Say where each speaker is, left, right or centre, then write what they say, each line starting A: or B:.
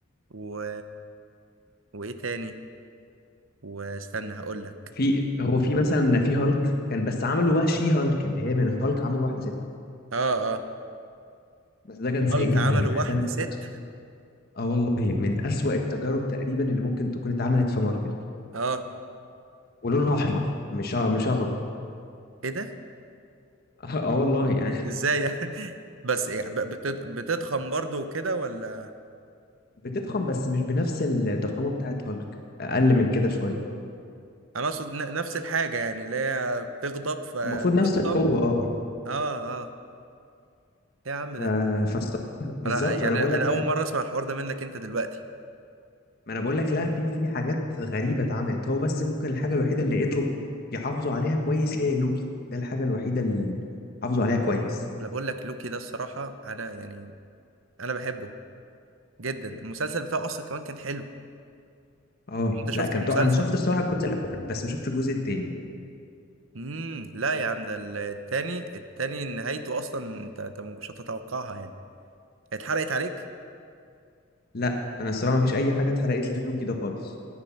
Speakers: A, on the right; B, on the left.
A: و... وايه تاني واستنى هقول لك
B: في هو في مثلا في هالك كان بس عملوا بقى شي هالك اللي هي من هالك عملوا واحده ست
A: اه اه
B: بس ده كان سيء
A: هالك
B: جدا
A: عملوا
B: يعني
A: واحدة
B: ده من
A: ست
B: أسوأ اه والله من أسوأ التجارب تقريبا اللي ممكن تكون اتعملت في مارفل
A: اه
B: ولونها احمر مش أ- مش اخضر
A: ايه ده
B: <laughs> اه والله يعني
A: ازاي يعني <laughs> بس إيه، ب- بتت... بتضخم برضو وكده ولا
B: <laughs> بتضخم بس مش بنفس الضخامه بتاعت هالك اقل من كده شويه
A: انا اقصد ن- نفس الحاجة يعني اللي هي بتغضب فتضخم
B: المفروض نفس القوه اه
A: اه اه إيه يا عم
B: ف...
A: ده
B: فالصراحة- بالظبط
A: انا يعني
B: ما انا بقول
A: انا
B: لك بقى
A: اول مرة اسمع الحوار ده منك انت دلوقتي
B: ما انا بقول لك لا في في حاجات غريبه اتعملت هو بس ممكن الحاجه الوحيده اللي قدروا يحافظوا عليها كويس هي لوكي ده الحاجه الوحيده اللي حافظوا عليها كويس
A: انا بقول لك لوكي ده الصراحة انا يعني انا بحبه جدا المسلسل بتاعه اصلا كمان كان حلو
B: اه
A: لو انت شفت
B: لا كان
A: المسلسل
B: طو... انا شفت الصراحه الجزء الاول بس ما شفتش الجزء التاني
A: امم لا يا عم ده ال- التاني التاني نهايته اصلا انت انت مش هتتوقعها يعني اتحرقت عليك
B: لا انا الصراحه ما فيش اي حاجه اتحرقت لي في لوكي ده خالص